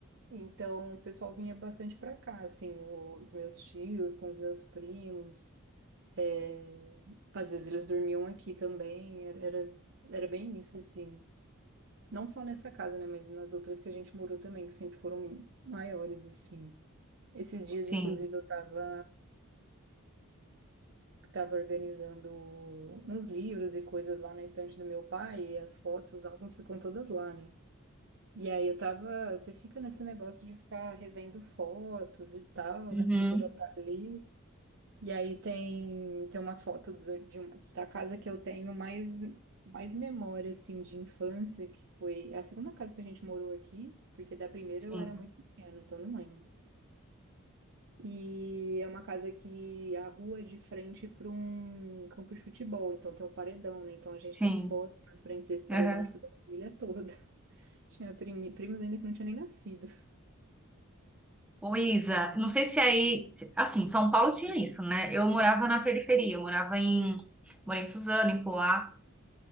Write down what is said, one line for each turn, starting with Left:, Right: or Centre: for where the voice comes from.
Right: Então, o pessoal vinha bastante pra cá, assim, os meus tios, com os meus primos. é, às vezes eles dormiam aqui também, era, era, era bem isso, assim. Não só nessa casa, né, mas nas outras que a gente morou também, que sempre foram maiores, assim. Esses dias,
Centre: Sim.
Right: inclusive, eu tava, tava organizando uns livros e coisas lá na estante do meu pai, e as fotos, os álbuns ficam todas lá, né? E aí eu tava, você fica nesse negócio de ficar revendo fotos e tal,
Centre: Uhum.
Right: né? Porque você já tá ali. E aí tem, tem uma foto do- de uma, da casa que eu tenho mais, mais memória, assim, de infância, que foi a segunda casa que a gente morou aqui, porque da primeira
Centre: Sim.
Right: eu era muito pequena, então não lembro. E é uma casa que a rua é de frente para um campo de futebol, então tem o paredão, né? Então a gente
Centre: Sim.
Right: tem foto na frente desse paredão,
Centre: Uhum.
Right: tipo, da família toda. <laughs> Tinha primi- primos ainda que não tinha nem nascido.
Centre: Ô, Isa, não sei se aí. se- Assim, São Paulo tinha isso, né? Eu morava na periferia, eu morava em. Morei em Suzano, em Poá.